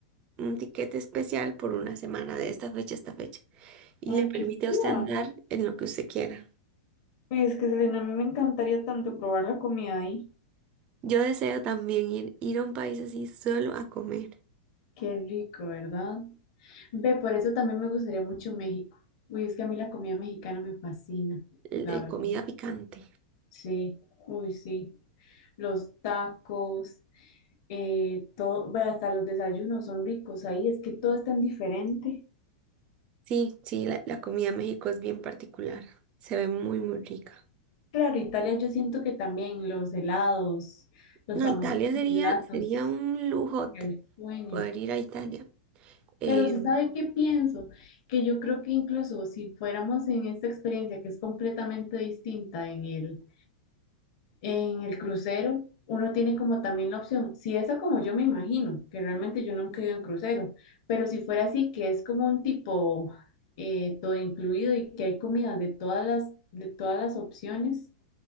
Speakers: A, on the right; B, on the left.
A: un tiquete especial por una semana de esta fecha a esta fecha. Y
B: Ay,
A: le permite
B: qué
A: a
B: chiva.
A: usted andar en lo que usted quiera.
B: Uy, es que Selena, a mí me encantaría tanto probar la comida ahí.
A: Yo deseo también ir, ir a un país así solo a comer
B: Qué rico, ¿verdad? Ve, por eso también me gustaría mucho México. Uy, es que a mí la comida mexicana me fascina,
A: eh,
B: la verdad.
A: comida picante.
B: Sí, uy, sí. Los tacos, eh, todo, ve, hasta los desayunos son ricos ahí, es que todo es tan diferente.
A: Sí, sí, la, la comida en México es bien particular. Se ve muy, muy rica.
B: Claro, Italia yo siento que también los helados, los
A: No,
B: famosos
A: Italia sería,
B: gelatos,
A: sería un lujote
B: el sueño.
A: poder ir a Italia. Em,
B: Pero se sabe qué pienso, que yo creo que incluso si fuéramos en esta experiencia que es completamente distinta en el, en el crucero, uno tiene como también la opción, si esa como yo me imagino, que realmente yo nunca he ido en crucero, pero si fuera así, que es como un tipo eh, todo incluido y que hay comida de todas las, de todas las opciones,